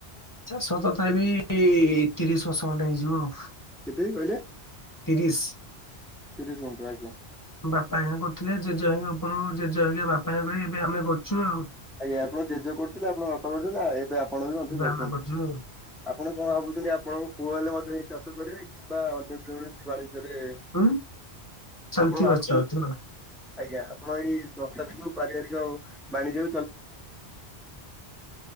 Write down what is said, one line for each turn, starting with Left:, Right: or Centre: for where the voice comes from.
Left: ଚାଷ ତଥା ବିି ତିରିଶ ବର୍ଷ ଖଣ୍ଡେ ହେଇଯିବ ଆଉ।
Centre: କେତେ ଏଇ କହିଲେ?
Left: ତିରିଶ୍।
Centre: ତିରିଶ ଗୁଣ୍ଠୁ ଆଜ୍ଞା
Left: ବାପା ହେରିକା କରୁଥିଲେ ଜେଜେ ହେଇଙ୍କା <unintelligible> ଜେଜେ ହେଇକା ବାପା ହେଇକା କରି ଏବେ ଆମେ କରଚୁ ଆଉ।
Centre: ଆଜ୍ଞା ଆପଣଙ୍କ ଜେଜେ କରୁଥିଲେ ଆପଣଙ୍କ ବାପା କରୁଛନ୍ତି ଏବେ ଆପଣ ବି ମଧ୍ୟ
Left: ଏବେ
Centre: କରୁଛନ୍ତି।
Left: ଆମେ କରୁଛୁ ଆଉ।
Centre: ଆପଣ କଣ ଭାବୁଛନ୍ତି ଆପଣଙ୍କ ପୁଅ ହେଲେ ମଧ୍ୟ ଏଇ ଚାଷ କରିବେ କି? ବା <unintelligible> ବାଣିଜ୍ୟରେ
Left: ହୁଁ ଚାଲିଥିବ
Centre: ଆପଣ ଭାବୁଛନ୍ତି
Left: ଚାଲିଥିବ।
Centre: ଆଜ୍ଞା। ଆପଣ ଏଇ ସଂସ୍ଥାଟିକୁ ପାରିବାରିକ ବାଣିଜ୍ୟ